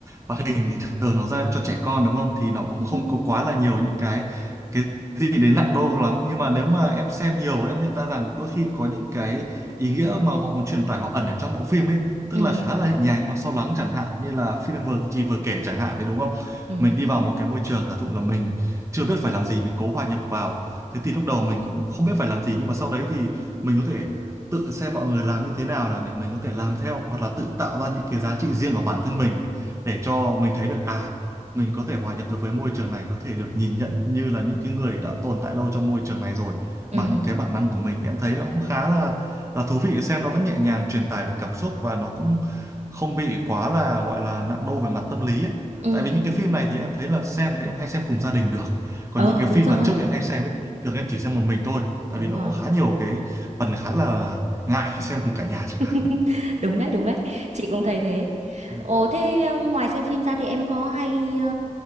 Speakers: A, on the right; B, on the right.
A: hoạt hình thì thường nó ra cho trẻ con đúng không thì nó cũng
B: <laughs>
A: không có quá là nhiều những cái cái gì đến nặng đô lắm nhưng mà nếu mà em xem nhiều em nhận ra rằng đôi khi có những cái ý nghĩa mà họ muốn truyền tải họ ẩn ở trong bộ phim ấy tức
B: Ừ.
A: là khá là nhẹ nhàng nhưng mà sâu lắng chẳng hạn như là phim em vừa chị vừa kể chẳng hạn đấy đúng không
B: Ừ.
A: mình đi vào một cái môi trường giả dụ là mình chưa biết phải làm gì mình cố hòa nhập vào thế thì lúc đầu mình cũng không biết phải làm gì nhưng mà sau đấy thì mình có thể tự xem mọi người làm như thế nào là để mình có thể làm theo hoặc là tự tạo ra những cái giá trị riêng của bản thân mình ấy, để cho mình thấy được à mình có thể hòa nhập được với môi trường này có thể được nhìn nhận như là những cái người đã tồn tại lâu trong môi trường này rồi
B: ừ
A: bằng những cái bản năng của mình thì em thấy nó cũng khá là là thú vị xem nó vẫn nhẹ nhàng truyền tải được cảm xúc và nó cũng không bị quá là gọi là nặng đô về mặt tâm lý ấy.
B: ừ
A: Tại vì những cái phim này thì em thấy là xem thì em hay xem cùng gia đình được còn
B: Ờ
A: những cái
B: đúng
A: phim
B: rồi
A: mà trước em hay xem ấy, thì thường em chỉ xem một mình thôi tại
B: Đúng
A: vì nó
B: rồi
A: có khá nhiều cái phần khá là ngại khi xem cùng cả nhà chẳng
B: <laughs>
A: hạn đấy.
B: Đúng đấy đúng đấy Chị cũng thấy thế
A: <laughs>
B: Ồ thế ờ, ngoài xem phim ra thì em có hay ờ,